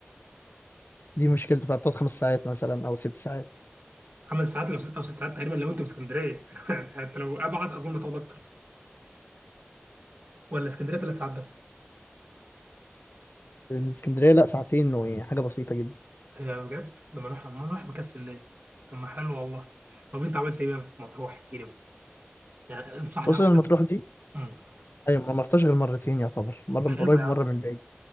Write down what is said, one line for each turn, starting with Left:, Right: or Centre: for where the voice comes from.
Left: دي مشكلته فيها بتقعد خمس ساعات مثلا او ست ساعات
Right: خمس ساعات لو ست- او ست ساعات تقريبا لو انت في اسكندريه <laughs> انت لو ابعد اظن هتاخد اكتر ولا اسكندريه ثلاث ساعات بس
Left: الاسكندريه لا ساعتين وحاجه بسيطه جدا
Right: هي بجد لما نروح لما نروح مكسل ليه طب ما حلو والله طب انت عملت ايه بقى في مطروح احكي لي بقى. يعني انصحني
Left: بص
Right: اروح
Left: أنا مطروح
Right: أم-
Left: دي
Right: امم اتفضل
Left: ايوه ما رحتش غير مرتين يعتبر مره
Right: حلو
Left: من قريب
Right: يا عم
Left: ومره من بعيد